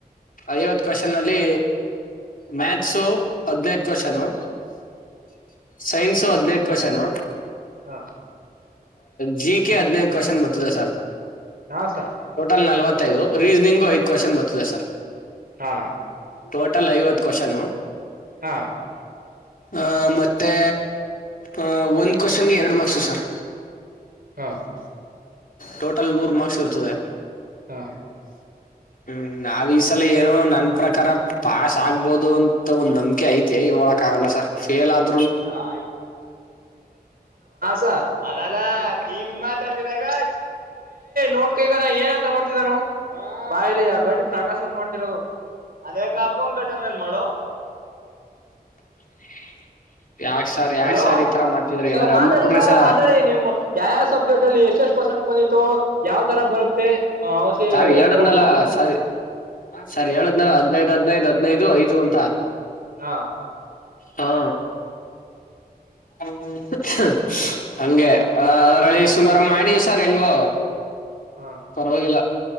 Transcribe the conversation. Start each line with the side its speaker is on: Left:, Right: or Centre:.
Left: ಐವತ್ ಕ್ವಶನ್ ಅಲ್ಲಿ ಮ್ಯಾಥ್ಸು ಹದನೈದು ಕ್ವಶನು ಸೈನ್ಸು ಹದಿನೈದು ಕ್ವಷನು.
Right: ಹಾ
Left: ಜಿ ಕೆ ಹದ್ನೈದು ಕ್ವಶನ್ ಬರ್ತದೆ ಸರ್
Right: ಹಾ ಸರ್
Left: ಟೋಟಲ್ ನಲ್ವತ್ತು ದು ರೀಸನಿಂಗು ಐದು ಕ್ವಶನ್ ಬರ್ತದೆ ಸರ್
Right: ಹಾ
Left: ಟೋಟಲ್ ಐವತ್ತು ಕ್ವಶನು
Right: ಹಾ
Left: ಆ ಮತ್ತೆ ಅ ಒಂದ್ ಕ್ವಶನ್ಗೆ ಎರಡು ಮಾರ್ಕ್ಸು ಸರ್
Right: ಹಾ
Left: ಟೋಟಲ್ ನೂರು ಮಾರ್ಕ್ಸ್ ಇರ್ತದೆ
Right: ಹಾ
Left: ಹ್ಮ್ ನಾವ್ ಈ ಸಲ ಏನೋ ನನ್ ಪ್ರಕಾರ ಪಾಸ್ ಆಗ್ಬೋದು ಅಂತ ಒಂದ್ ನಂಬಿಕೆ ಐತೆ ಆಗಲ್ಲ ಸರ್ ಫೇಲ್ ಆದ
Right: ಹಾ ಸರ್ ಅದಲ್ಲಾ ನಿಮ್ ಮಾತಾಡ್ತಿದಾಗ ನೋಡ್ಕ ಈಗ ನಾ ಏನಂತ ಮಾಡ್ತಿದ್ದಾನು ಬಯ್ರಿ ಆ ಗಂಡು ಪ್ರಕಾಶಂಗ ಮಾಡ್ತಿರೋದು. ಅದೇ ಕಾಪಂ ಕಟನ್ನ್ ಮಾಡೋ
Left: <inaudible> ಯಾಕ್ ಸರ್ ಯಾಕ್
Right: ಹಲೋ
Left: ಸರ್ ಈ ತರ ಮಾಡ್ತಿದ್ರಿ
Right: ಸರ್
Left: ಏನಾರ
Right: ಮಾತಾಡಿ
Left: ಅಮಕ್ ಬಿಡ್ರಿ
Right: ಸಾರ್
Left: ಸ
Right: ಮಾತಾಡಿ ನಿಮ್ಮ್ ಯಾವ್ಯ ಸಬ್ಜೆಕ್ಟ್ ಅಲ್ಲಿ ಎಷ್ಟೆಷ್ಟ ಇ ಪರ್ಸೆಂಟ್ ಬಂದಿತ್ತು ಯಾವ್ ತರ ಬರುತ್ತೆ. ಔಸಿ
Left: ಸರಿ ಹೇಳಏದ್ನೆಲ
Right: ಟಫ್ ಆಗಿತ್ತ
Left: ಸರಿ ಸರಿ ದ್ನಲ ಹದ್ನೈದ ಹದ್ನೈದು ಹದ್ನೈದು ಇದು ಐದು ಅಂತ
Right: ಹಾ
Left: ಹಾ ಹ್ಮ <unintelligible> ಹಂಗೆ ಅದರಲ್ಲಿಿ ಸುಮಾರು ಮಾಡಿವ್ ಸರ್ ಹೆಂಗೋ
Right: ಹಾ
Left: ಪರವಾಗಿಲ್ಲ